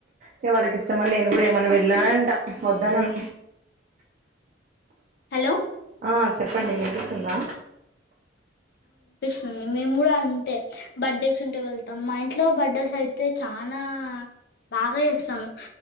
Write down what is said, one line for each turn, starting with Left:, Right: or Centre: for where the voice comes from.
Right: ఇగ వాళ్ళకి ఇష్టమని నేను కూడా ఏమైన్ వెళ్ళానంట వద్దానను
Left: హలో
Right: ఆ చెప్పండి వినిపిస్తుందా
Left: ఉమ్ మేము కూడా అంతే బర్త్డేస్ ఉంటే వెళ్తాం మా ఇంట్లో బర్త్డేస్ అయితే చానా బాగా ఎస్సాము